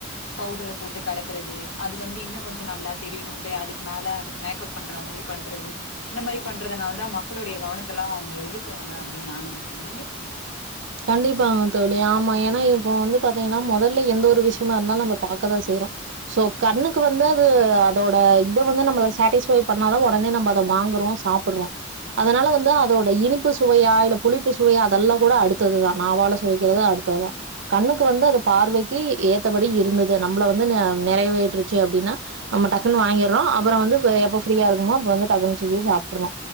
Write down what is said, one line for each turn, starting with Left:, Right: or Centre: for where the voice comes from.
Left: பவுடர போட்டு கலக்கறது அது வந்து இன்னு கொஞ்ச நல்லா தெரியணும்டு அதுக்கு மேல அதுக்கு மேக்கப் பண்ற மாரி பண்றது இந்த மாரி பண்றதுனால தான் மக்களுடைய கவனத்த எல்லா அவங்க இழுக்குறாங்க அப்படின்னு நா நெனைக்கிற நீங்க.
Right: கண்டிப்பாங்க தோழி ஆமா ஏனா இப்ப வந்து பாத்தீங்கனா மொதல்ல எந்த ஒரு விஷ்யமா இருந்தாலு நம்ம பாக்க தா செய்யறோ சோ கண்ணுக்கு வந்து அது அதோட இத வந்து நம்மள சாட்டிஸ்ஃபை பண்ணா தா ஒடனே நம்ப அத வாங்கறோ சாப்பட்றோ அதனால வந்து அதோட். இனிப்பு சுவையா இல்ல புளிப்பு சுவையா அதெல்லா கூட அடுத் அடுத்தது தான் நாவால சுவைக்றது அடுத்ததுதான் கண்ணுக்கு வந்து அது பார்வைக்கு ஏத்தபடி இருந்தது நம்மள வந்து நிறைவேற்றுச்சு அப்படின்னா நம்ம டக்குனு வாங்கிடுறோம் அப்புறம் வந்து எப்ப ஃப்ரியா இருக்குமோ அ வந்து டக்குன்னு <unintelligible> சாப்ட்டுறோ.